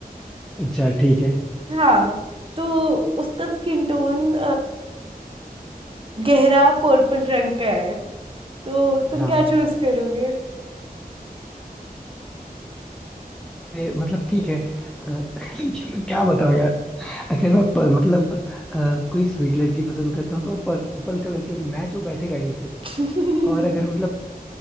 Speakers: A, in the centre; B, on the right.
A: अच्छा ठीक है
B: हाँ तो उसका स्किन टोन गहरा पर्पल रंग का है तो तुम
A: हाँ
B: क्या चूज करोगे
A: ए, मतलब ठीक है अ, <laughs> लेकिन मैं क्या बताऊं यार अगर मैं प, मतलब अ, कोई स्वीट लड़की पसंद करता हूँ तो पर्पल कलर की होगी मैच वो बैठेगा ही नहीं फिर
B: <laughs>
A: और अगर मतलब